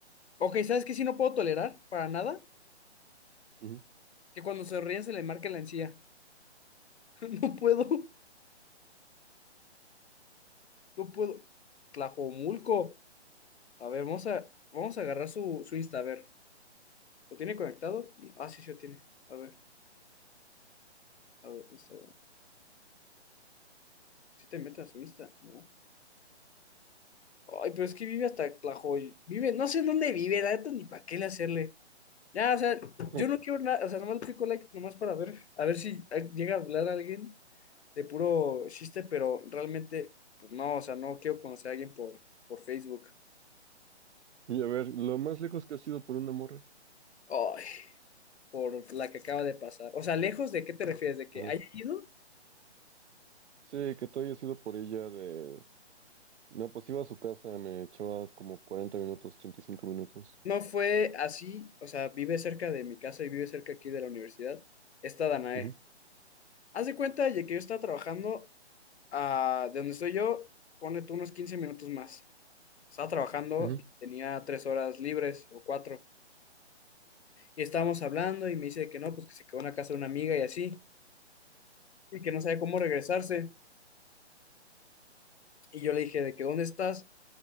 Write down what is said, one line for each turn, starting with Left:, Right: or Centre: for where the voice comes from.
Left: Ok, ¿sabes qué? Si no puedo tolerar para nada,
Right: Ujú.
Left: que cuando se ríen se le marque la encía. <laughs> No puedo, no puedo. Tlajomulco. A ver, vamos a, vamos a agarrar su, su Insta. A ver, ¿lo tiene conectado? Ah, sí, sí lo tiene. A ver, a ver, Instagram. ¿Si te metes a su Insta? No. Ay, pero es que vive hasta Tlajoy. Vive, no sé en dónde vive, la neta, ni para qué le hacerle. Ya, o sea,
Right: <laughs>
Left: yo no quiero nada, o sea, nomás le pico like, nomás para ver, a ver si ah, llega a hablar alguien. de puro chiste, pero realmente, pues no, o sea, no quiero conocer a alguien por, por Facebook.
Right: Y a ver, lo más lejos que has ido por una morra.
Left: Ay, por la que acaba de pasar. O sea, lejos de qué te refieres, de que
Right: Ajá.
Left: haya ido.
Right: Sí, que tú hayas ido por ella de... No, pues iba a su casa, me echaba como 40 minutos, 35 minutos.
Left: No fue así, o sea, vive cerca de mi casa y vive cerca aquí de la universidad. Esta Danae.
Right: Ujú,
Left: Haz de cuenta de que yo estaba trabajando ah, de donde estoy yo, ponle tú unos 15 minutos más. Estaba trabajando
Right: ujú.
Left: y tenía tres horas libres o cuatro. Y estábamos hablando y me dice que no, pues que se quedó en la casa de una amiga y así, y que no sabía cómo regresarse. Y yo le dije, ¿de que dónde estás?